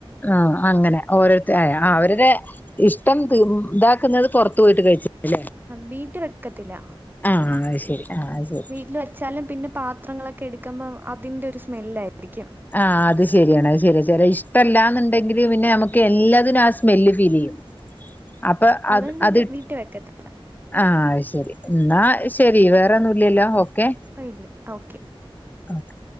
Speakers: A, on the left (about 20°); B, on the right (about 20°).
A: ഉം അങ്ങനെ ഓരോരുത്തരായ അവരുടെ ഇഷ്ടം ഇതാക്കുന്നത് പുറത്തു പോയിട്ട് കഴിച്ചിട്ടല്ലേ
B: വീട്ടി വെക്കത്തില്ല
A: ആഹ അത് ശരി ആഹ് അത് ശരി
B: വീട്ടിൽ വെച്ചാലും പിന്നെ പാത്രങ്ങളൊക്കെ എടുക്കുമ്പോ അതിന്റെ ഒരു സ്മെല്ല് ആയിരിക്കും
A: ആഹ് അത് ശെരിയാണ് അത് ശെരിയാ ഇഷ്ടല്ലാന്ന്ണ്ടെകിൽ പിന്നെ നമുക്ക് എല്ലാതിനും ആഹ് സ്മെൽ സ്മെല്ല് ഫീൽ ചെയ്യും അപ്പൊ
B: അതുകൊണ്ട് പിന്നെ
A: അത് ഇട്
B: വീട്ടിൽ വെക്കത്തില്ല.
A: ആഹ് ശെരി എന്നാ ശെരി വേറെ ഒന്നും ഇല്ല്യല്ലോ ഓക്കെ
B: ഇല്ല ഓക്കെ
A: <unintelligible>